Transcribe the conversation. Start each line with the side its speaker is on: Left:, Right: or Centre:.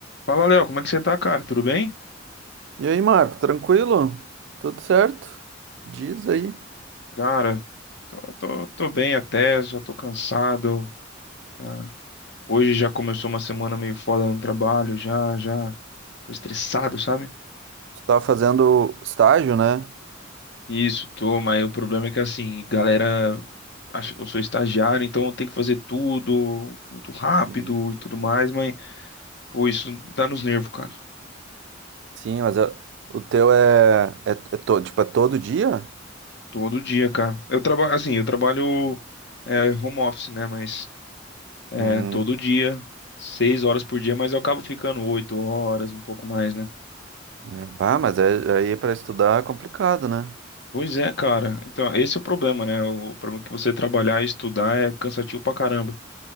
Left: Fala, Léo, como é que você tá, cara? Tudo bem?
Right: E aí, Marco, tranquilo? Tudo certo? Diz aí.
Left: Cara, tô, tô, tô bem até, só tô cansado, tá? Hoje já começou uma semana meio foda no trabalho, já, já tô estressado, sabe?
Right: Tu tá fazendo estágio, né?
Left: Isso, tô, mas o problema é que assim, galera acha que eu sou estagiário, então eu tenho que fazer tudo muito rápido
Right: Uhum.
Left: e tudo mais, mas, pô, isso dá nos nervos, cara.
Right: Sim, mas eu- o teu é, é, é todo, tipo, é todo dia?
Left: Todo dia, cara. Eu trabalho, assim, eu trabalho é, home office, né? Mas É,
Right: Uhum.
Left: todo dia, seis horas por dia, mas eu acabo ficando oito horas, um pouco mais, né?
Right: É, pá, mas é, aí para estudar é complicado, né?
Left: Pois é, cara. Então, esse é o problema, né? O problema é que você trabalhar e estudar é cansativo pra caramba.